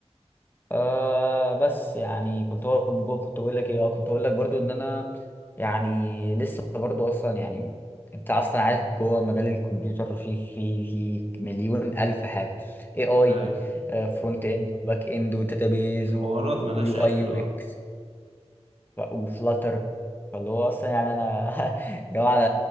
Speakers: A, on the left (about 15°); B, on the right (about 65°).
A: آه بس يعني كنت هو كنت بقول لك ايه اه كنت بقول لك برضو ان انا يعني لسه برضو اصلا يعني انت اصلا عارف جوه مجال الكمبيوتر في في في مليون الف حاجه اي اي
B: ايوه
A: فرونت اند وباك اند وداتابيز ويو
B: حوارات ملهاش
A: اي
B: اخر
A: يو اكس
B: اه
A: ف- وفلاتر فاللي هو اصلا يعني انا <laughs> يا على